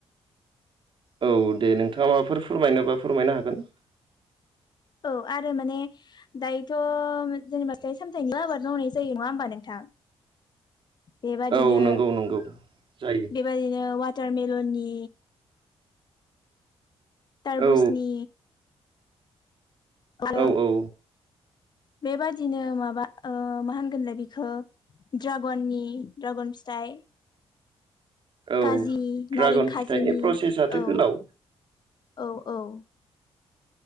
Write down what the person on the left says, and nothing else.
औ आरो माने दायोथ' जेनेबा फिथाय सामथायनि आबाद मावनाय जायो नङा होमबा नोंथां बेबादिनो
बेबादिनो वाटारमिलननि तारबुसनि
<unintelligible>
बेबादिनो माबा ओ मा होनगोनलाय बेखौ ड्रागननि ड्रागन फिथाइ
काजिनि
नारें खाजिनि
औ
औ औ